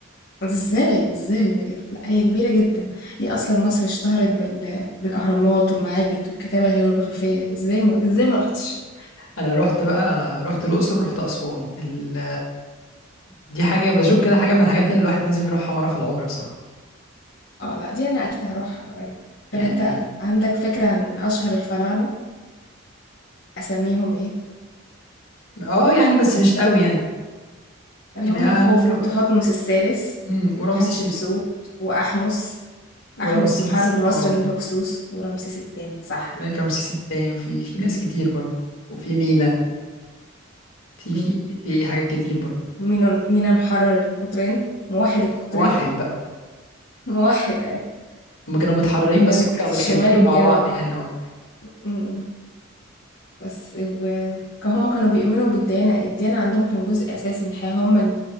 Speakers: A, on the left; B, on the left.
A: ازاي ازاي بجد لا هي كبيره جدا هي اصلا مصر اشتهرت بال... بالاهرامات والمعابد والكتابه الهيروغليفيه ازاي ما ازاي ما رحتش
B: انا رحت بقى رحت الاقصر رحت اسوان ال دي حاجه بشوف كده حاجه من الحاجات اللي الواحد لازم يروحها مره في العمر بصراحه
A: اه لا دي انا اكيد هروحها قريب
B: يعني
A: طب انت عندك فكره عن اشهر الفراعنه اساميهم ايه
B: اه يعني بس مش قوي يعني
A: اللي
B: يعني
A: هم
B: أنا
A: خوفو
B: ر-
A: تحتمس الثالث
B: أمم، ورمسيس
A: حتشبسوت
B: الت-
A: واحمس احمس
B: ورمسيس
A: محرر مصر
B: اه
A: من الهكسوس ورمسيس الثاني صح
B: هناك رمسيس التاني وفي في ناس كتير برضه وفي مينا في في
A: برافو
B: في حاجات كتير برضه
A: مينا مينا محرر القطرين موحد القطرين
B: واحد بقى
A: موحد أي
B: هما كانوا متحررين
A: ملكة
B: بس هما كانوا
A: الشمال
B: متخانقين
A: والجنوب
B: مع بعض يعني اه
A: م- بس وهما كانوا بيؤمنوا بالديانة الديانة عندهم كان جزء أساسي من الحياة هما ال...